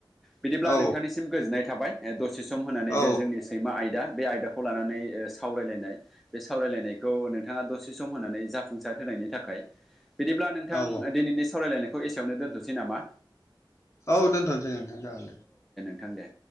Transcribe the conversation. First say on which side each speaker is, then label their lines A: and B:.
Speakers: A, in the centre; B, on the left.
A: बिदिब्ला
B: औ
A: नोंथांनिसिम गोजोननाय थाबाय ओ दस सि सम होनानै
B: औ
A: बे जोंनि सैमा आयदा बे आयदाखौ लानानै ओ सावरायलायनाय बे सावरायलायनायखौ नोंथाङा दसे सम होनानै जाफुंसार होनाय नायनि थाखाय बिदिब्ला नोंथां
B: औ
A: दिनैनि सावरायलायनायखौ एसेयावनो दोनथ'नोसै नामा?
B: औ दोनथ'नोसै नोंथां जागोन दे।
A: थां दे।